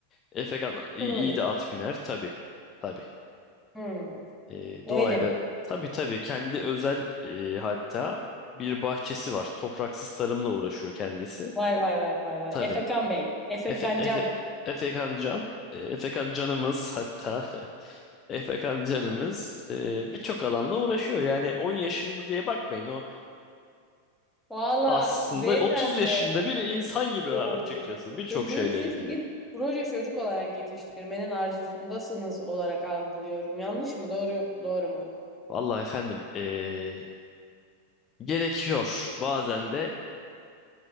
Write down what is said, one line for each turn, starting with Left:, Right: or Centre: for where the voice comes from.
Left: Efekan iyi,
Centre: Hı,
Left: iyi de at biner tabii tabii
Centre: hı.
Left: E,
Centre: Öyle
Left: doğayla
Centre: mi?
Left: tabii tabii kendi özel e, hatta bir bahçesi var topraksız tarımla uğraşıyor kendisi
Centre: Vay vay vay vay vay.
Left: tabii
Centre: Efekan Bey. Efekan
Left: Efe, Efe,
Centre: Can.
Left: Efekan Can e, Efekan Canımız hatta <laughs> Efekan Canımız e, birçok alanla uğraşıyor yani 10 yaşında diye bakmayın o.
Centre: Valla
Left: aslında
Centre: beyefendi.
Left: 30 yaşında bir insan gibi
Centre: Oo.
Left: açıkçası birçok
Centre: Çocuğu
Left: şeyle
Centre: siz
Left: ilgili.
Centre: bir proje çocuk olarak yetiştirmenin arzusundasınız olarak algılıyorum. Yanlış mı? Doğru, doğru mu?
Left: Vallahi efendim eee, gerekiyor bazen de